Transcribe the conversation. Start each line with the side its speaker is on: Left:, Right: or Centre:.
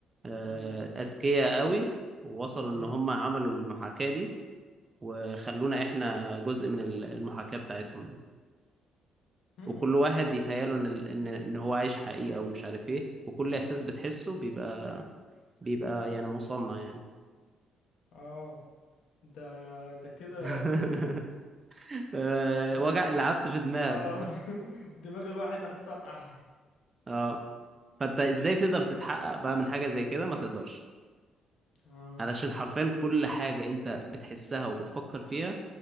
Right: آه،
Left: امم
Right: أذكياء قوي ووصلوا ان
Left: امم
Right: هم عملوا المحاكاة دي وخلونا احنا جزء من ال- المحاكاة بتاعتهم دي.
Left: امم
Right: وكل واحد يتهيأله ان ال- ان ان هو عايش حقيقة ومش عارف ايه وكل احساس بتحسه بيبقى بيبقى يعني مصنع يعني
Left: اه ده ده كده
Right: <laughs> آه،
Left: امم
Right: وجع لعبت في دماغك
Left: اه
Right: صح
Left: <laughs> دماغ الواحد هتفرقع
Right: اه فانت ازاي
Left: مم.
Right: تقدر تتحقق بقى من حاجة زي كده ما تقدرش
Left: اه
Right: علشان حرفيا كل حاجة انت بتحسها وبتفكر فيها